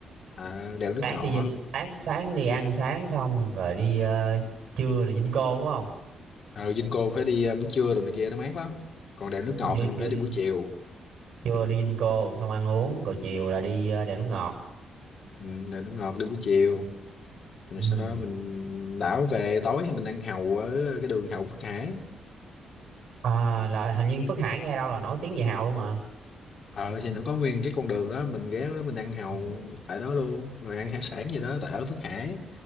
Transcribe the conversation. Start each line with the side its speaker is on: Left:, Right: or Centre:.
Left: à, đèo nước
Right: sáng
Left: ngọt
Right: đi Dinh sáng sáng đi ăn sáng xong rồi đi ờ, trưa là Dinh Cô đúng không
Left: ờ Vinco phải đi ờ, buổi trưa rồi này kia nó mát lắm còn đèo nước
Right: đi
Left: ngọt thì mình
Right: trưa
Left: phải đi
Right: đi
Left: buổi chiều
Right: trưa đi Dinh Cô xong ăn uống rồi chiều là đi ờ, đèo nước ngọt
Left: ừ, đèo nước ngọt đi buổi chiều rồi
Right: ừ.
Left: sau đó mình đảo về tối thì mình ăn hàu ở cái đường Hậu Phước Hải
Right: à, là hình như Phước Hải nghe đâu là nổi tiếng về hào luôn mà
Left: ờ thì nó có nguyên cái con đường đó mình ghé đó mình ăn hàu
Right: ừ.
Left: tại đó luôn rồi ăn hải sản gì đó tại ở Phước Hải